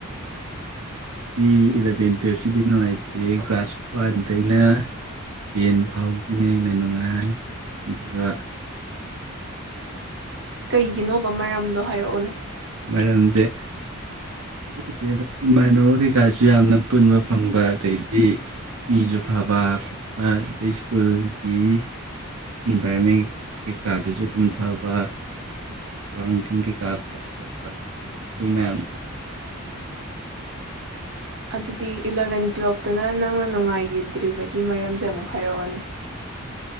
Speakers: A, on the right; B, on the right.
A: ꯍꯧꯖꯤꯛꯀꯤ ꯑꯦꯂꯥꯕꯦꯟ ꯇꯨꯋꯦꯜꯞ ꯁꯦ ꯅꯨꯡꯉꯥꯏꯇꯦ ꯀꯂ꯭ꯥꯁ ꯋꯥꯟ ꯗꯩꯅ ꯇꯦꯟ ꯐꯥꯎꯅ ꯍꯦꯅꯥ ꯅꯨꯡ ꯉꯥꯏ ꯑꯗꯨꯒꯥ
B: ꯀꯩꯒꯤꯅꯣꯕꯥ ꯃꯔꯝꯗꯣ ꯍꯥꯏꯔꯛ ꯑꯣ
A: ꯃꯔꯝꯖꯦ ꯈꯪꯗꯦꯗꯥ ꯏꯃꯥꯅꯕ ꯀꯩꯀꯁꯦ ꯌꯥꯝꯅꯥ ꯄꯨꯟꯕꯥ ꯐꯪꯕꯥ ꯑꯗꯩꯗꯤ ꯃꯤꯖꯨ ꯐꯕꯥ ꯑꯗꯩ ꯁꯀ꯭ꯨꯜꯒꯤ ꯏꯟ ꯕꯥꯏꯔꯣꯟꯃꯦꯟꯠ ꯀꯩꯀꯗꯨꯁꯨ ꯑꯗꯨꯝ ꯐꯕꯥ ꯁꯥꯔꯥꯎꯟꯗꯤꯡ ꯀꯩꯀꯥ ꯐꯕꯥ ꯈꯣꯠꯄ ꯑꯗꯨ ꯃꯌꯥꯝꯗꯣ
B: ꯑꯗꯨꯗꯤ ꯑꯦꯂꯦꯕꯦꯟ ꯇꯨꯋꯦꯞꯇꯨꯅ ꯅꯪꯅꯥ ꯅꯨꯡꯉꯥꯏꯒꯤꯗꯔ꯭ꯤꯕꯒꯤ ꯃꯔꯝꯁꯦ ꯑꯃꯨꯛ ꯍꯨꯔꯛ ꯎꯅꯦ